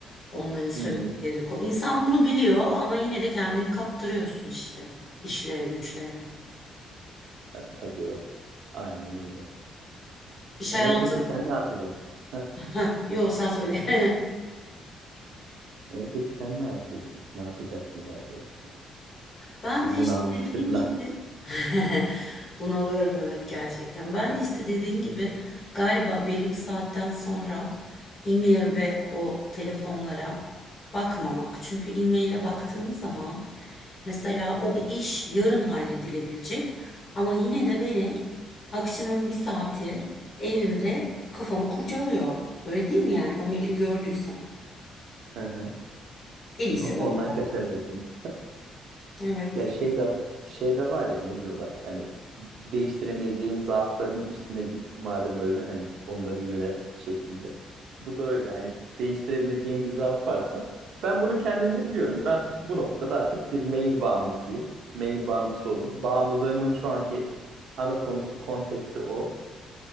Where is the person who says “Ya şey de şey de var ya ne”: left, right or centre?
Right